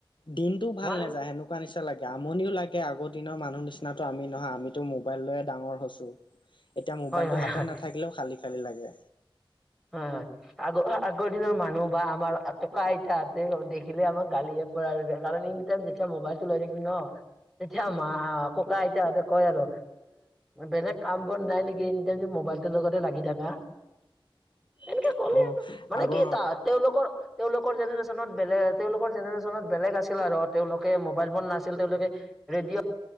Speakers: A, on the left (about 60°); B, in the centre.
A: দিনটোও ভাল
B: হয়
A: নাযায় সেনেকুৱা নিচিনা। <unintelligible> লাগে আমনিও লাগে আগৰ দিনৰ মানুহ নিচিনাটো আমি নহয় আমিতো মোবাইল লয়ে ডাঙৰ হৈছো। এতিয়া মোবাইলটো
B: হয়
A: হাতত
B: হয়
A: নাথাকিলেও খালি খালি লাগে।
B: হয়, হয়, আগ আগৰ দিনৰ মানুহ বা আমাৰ ককা আইতাহতে দেখিলে আমাৰ গালি <unintelligible> টাইম যেতিয়া মোবাইলটো লয় থাকিব ন। এতিয়া মা ককা আইটাহতে কয় আৰু বেলেগ কাম বন নাই নেকি এনে টাইম মোবাইল। মোবাইলটোৰ লগতে লাগি থকা।
A: <unintelligible>
B: এনেকে ক'লে
A: অ
B: মানে
A: আগৰ
B: কি তাহাত তেওঁলোকৰ। তেওঁলোকৰ জেনেৰেশ্যনত বেলেগ তেওঁলোকৰ জেনেৰেশ্যনত বেলেগ আছিল আৰু তেওঁলোকে মোবাইল ফোন নাছিল তেওঁলোকে। ৰেডিঅ'